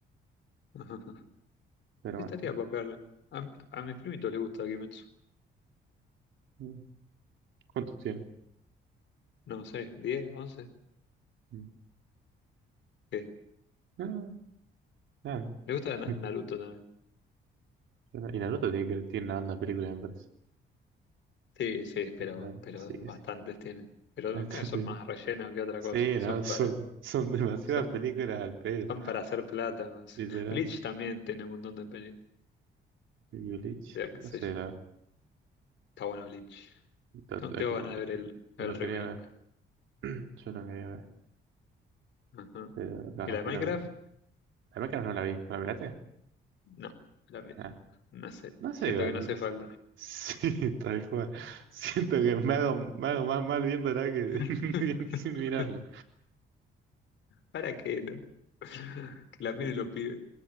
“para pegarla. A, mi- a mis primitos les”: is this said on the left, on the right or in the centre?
Left